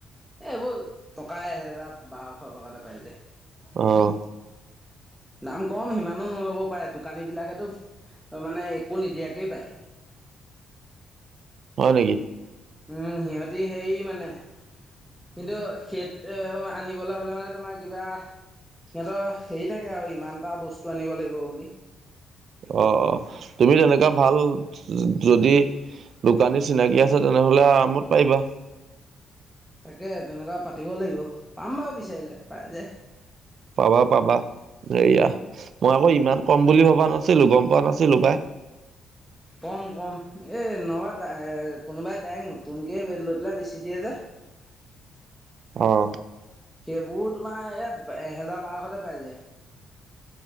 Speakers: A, in the centre; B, on the right.
A: এ-এইবোৰ টকা এহেজাৰ বাৰশ টকাতে পাই যায়।
B: অহ।
A: দাম কম সিমানো নল'ব পাৰে দোকানী বিলাকেতো মানে একো নিদিয়াকেই পায়।
B: হয় নেকি।
A: উম সিহঁতি সেই মানে। কিন্তু সেইটো আনিবলৈ হ'লে মানে তোমাৰ কিবা। - সিহঁতৰ হেৰি থাকে আৰু ইমান এটা বস্তু আনিব লাগিব বুলি।
B: অ অ তুমি তেনেকুৱা ভাল যদি। - দোকানী চিনাকি আছে তেনেহলে আৰামত পাৰিবা।
A: তাকে তেনেকুৱা পাতিব লাগিব পাম বাৰু বিচাৰিলে পাই যে।
B: পাবা পাবা। হেয়া মই আকৌ ইমান কম বুলি ভবা নাছিলো গম পোৱা নাছিলো পাই।
A: কম কম এই নবা কোনোবাই ডেং নতুনকে ব লৈ পেলাই বেছি দিয়ে যে।
B: অহ
A: সেইবোৰ তোমাৰ এ-এহেজাৰ বাৰশতে পাই যায়।